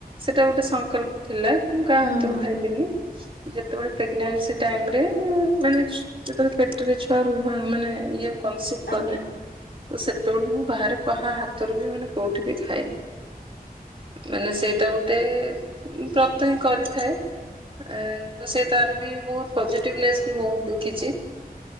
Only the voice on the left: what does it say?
ହୁଁ
ହୁଁ
ଆଜ୍ଞା